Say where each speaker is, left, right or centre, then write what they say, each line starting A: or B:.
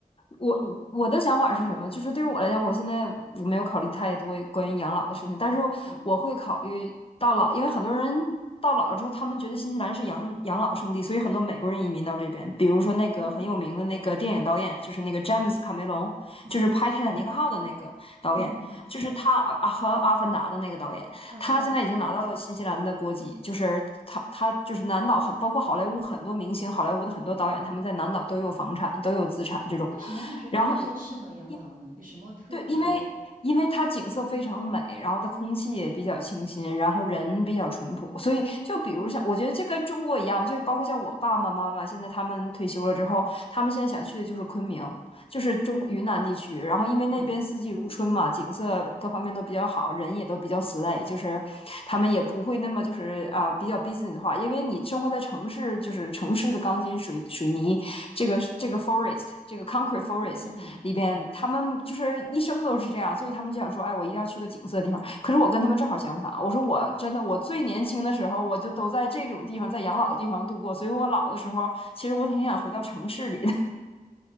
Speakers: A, on the left; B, on the right.
A: 我我的想法是什么？就是对于我来讲，我现在我没有考虑太多关于养老的事情，但是我会考虑到老，
B: 嗯，
A: 因为很多人到老了之后，他们觉得新西兰是养养老圣地，所以很多美国人移民到这边。比如说那个很有名的那个电影导演，
B: 哦，
A: 就是那个詹姆斯卡梅隆，
B: 嗯哼。
A: 就是拍《泰坦尼克号》的那个导演，
B: 嗯，明白
A: 就是他啊和《阿凡达》的那个导演，
B: 啊，
A: 他现在已经拿到了新西兰的国籍，
B: 知道。
A: 就是他他就是南岛很包括好莱坞很多明星，好莱坞的很多导演他们在南岛都有房产，都有资产这种。
B: 所以为什么会觉得那边适合养老呢？
A: 然后因
B: 有什么特别？
A: 对，因为因为它景色非常美，然后它空气也比较清新，然后人比较淳朴，所以就比如像我觉得就跟中国一样，就是包括像我爸爸妈妈现在他们退休了之后，他们现在想去的就是昆明，就是中云南地区，然后因为那边四季如春嘛，
B: 嗯
A: 景色各方面都比较好，人也都比较 slay，就是他们也不会那么就是啊比较 business 化，因为你生活在城市，就是城市的钢筋水水泥，这个这个 forest，这个 concrete forest，
B: 嗯，
A: 里边，他们就是一生都是这样，所以他们就想说，哎，我一定要去个景色的地方。可是我跟他们正好相反，我说我真的，我最年轻的时候，我就都在这种地方，在养老的地方度过，所以我老的时候，其实我挺想回到城市里的。